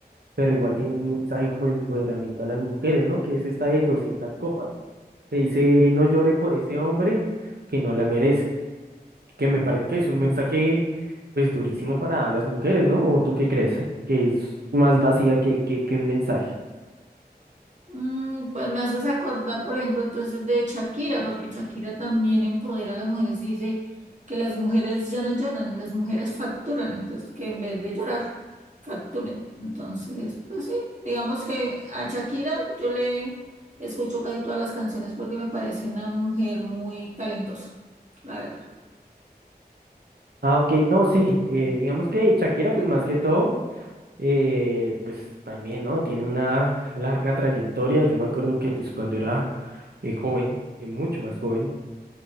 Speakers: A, on the right; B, on the right.
A: pero igual tiene un mensaje como de empoderamiento a las mujeres, ¿no? Que es esta de 200 copas. Te dice, no llore por ese hombre que no la merece, que me parece que es un mensaje pues durísimo para las mujeres, ¿no? ¿O tú qué crees? Que es más vacía que, que, que un mensaje.
B: Mm, pues me haces acordar, por ejemplo, entonces de Shakira, porque Shakira también empodera a las mujeres y dice que las mujeres ya no lloran, las mujeres facturan, entonces que en vez de llorar, facturen. Entonces, pues sí, digamos que a Shakira yo le escucho casi todas las canciones porque me parece una mujer muy talentosa, la verdad.
A: Ah, ok, no, sí, eh, digamos que Shakira pues más que todo, eh, pues también, ¿no? Tiene una larga trayectoria. Yo me acuerdo que pues cuando era eh, joven, y mucho más joven,